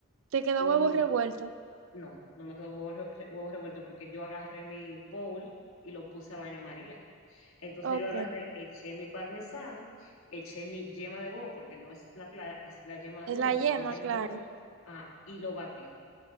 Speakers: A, on the right; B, on the left.
A: Te quedó
B: y
A: huevo revuelto.
B: No, no me quedó huevo, re- huevo revuelto porque yo agarré mi bowl y lo puse a baño María. Entonces
A: Ok.
B: yo agarré, eché mi parmesano, eché mi yema de huevo, porque no es la clara, es la yema de
A: Es
B: huevo,
A: la
B: le
A: yema,
B: eché mi yema
A: claro.
B: de huevo, ah, y lo batí.